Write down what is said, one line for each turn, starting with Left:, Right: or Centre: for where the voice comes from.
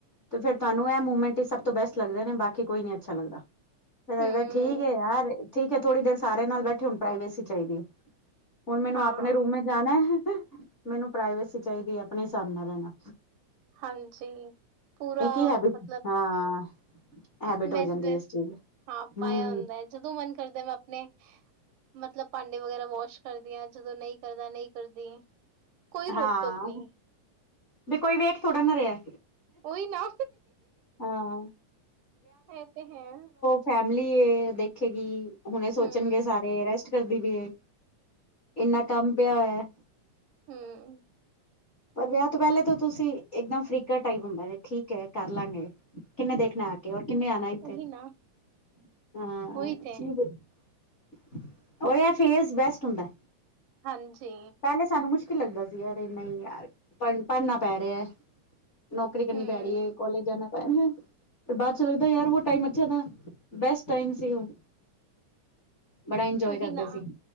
Left: ਤੇ ਫਿਰ ਤੁਹਾਨੂੰ ਇਹ ਮੂਮੈਂਟ ਹੀ ਸਭ ਤੋਂ ਬੈਸਟ ਲੱਗਦੇ ਨੇ ਬਾਕੀ ਕੋਈ ਨੀ ਅੱਛਾ ਲੱਗਦਾ। ਫਿਰ
Right: ਹੂੰ,
Left: ਠੀਕ ਹੈ ਯਾਰ ਠੀਕ ਹੈ ਥੋੜ੍ਹੀ ਦੇਰ ਸਾਰੇ ਨਾਲ ਬੈਠੇ ਹੁਣ ਪ੍ਰਾਈਵੇਸੀ ਚਾਹੀਦੀ। ਹੁਣ ਮੈਨੂੰ
Right: ਹਾਂ,
Left: ਆਪਣੇ ਰੂਮ ਜਾਣਾ, ਮੈਨੂੰ ਪ੍ਰਾਈਵੇਸੀ ਚਾਹੀਦੀ ਹੈ ਆਪਣੇ ਹਿਸਾਬ ਨਾਲ ਰਹਿਣਾ।
Right: ਹਾਂਜੀ, ਪੂਰਾ
Left: ਇਹ ਕੀ ਹੈਬਿਟ
Right: ਮਤਲਬ।
Left: ਹਾਂ ਹੈਬਿਟ
Right: ਬਸ,
Left: ਹੋ ਜਾਂਦੀ
Right: ਬਸ
Left: ਇਸ ਚੀਜ਼
Right: ਹਾਂ
Left: ਹਮ
Right: ਪਾਇਆ ਹੁੰਦਾ ਹੈ ਜਦੋਂ ਮਨ ਕਰਦਾ ਮੈਂ ਆਪਣੇ। ਮਤਲਬ ਭਾਂਡੇ ਵਗੈਰਾ ਵਾਸ਼ ਕਰਦੀਆਂ ਜਦੋਂ ਨਹੀਂ ਕਰਦਾ ਨਹੀਂ ਕਰਦੀ। ਕੋਈ ਰੋਕ
Left: ਹਾਂ,
Right: ਟੋਕ ਨਹੀਂ।
Left: ਵੀ ਕੋਈ ਵੇਖ ਥੋੜਾ ਨਾ ਰਿਹਾ।
Right: ਉਹੀ ਨਾ
Left: ਹਾਂ
Right: ਇਹ ਤੇ ਹੈ।
Left: ਫੈਮਿਲੀ ਦੇਖੇਗੀ, ਹੁਣੇ ਇਹ ਸੋਚਣਗੇ
Right: ਹੂੰ।
Left: ਸਾਰੇ ਰੈਸਟ। ਕਰਦੀ ਪਈ, ਇੰਨਾ ਕੰਮ ਪਿਆ ਹੋਇਆ।
Right: ਹਮ।
Left: ਪਰ ਵਿਆਹ ਤੋਂ ਪਹਿਲੇ ਤਾਂ ਤੁਸੀਂ ਇੱਕਦਮ ਫਰੀਕਾ ਟਾਈਪ ਹੁੰਦਾ ਨੇ ਠੀਕ ਹੈ ਕਰ ਲਵਾਂਗੇ। ਕਿੰਨੇ ਦੇਖਣਾ ਆ ਕੇ ਰ ਕਿੰਨੇ ਆ। <unintelligible>
Right: ਉਹੀ ਨਾ,
Left: ਹਾਂ
Right: ਉਹੀ ਤੇ,
Left: ਚੀ। <unintelligible> ਉਹ ਇਹ ਫੇਸ ਬੈਸਟ ਹੁੰਦਾ।
Right: ਹਾਂਜੀ।
Left: ਞੇ ਸਾਨੂੰ ਮੁਸ਼ਕਿਲ ਲੱਗਦਾ ਸੀ ਯਾਰ, ਨਹੀਂ ਯਾਰ ਪੜ ਪੜਨਾ ਪੈ ਰਿਹਾ। ਨੌਕਰੀ ਕਰਨੀ
Right: ਹੂੰ,
Left: ਪੈ ਰਹੀ ਹੈ, ਕਾਲਜ ਜਾਣਾ ਪੈਣਾ। ਪਰ ਬਾਅਦ ਚ ਲੱਗਦਾ ਯਾਰ ਉਹ ਟਾਈਮ ਅੱਛਾ ਥਾ। ਬੈਸਟ ਟਾਈਮ ਸੀ ਉਹ। ਬੜਾ ਇੰਜੋਏ
Right: ਉਹੀ
Left: ਕਰਦੇ
Right: ਨਾ,
Left: ਸੀ,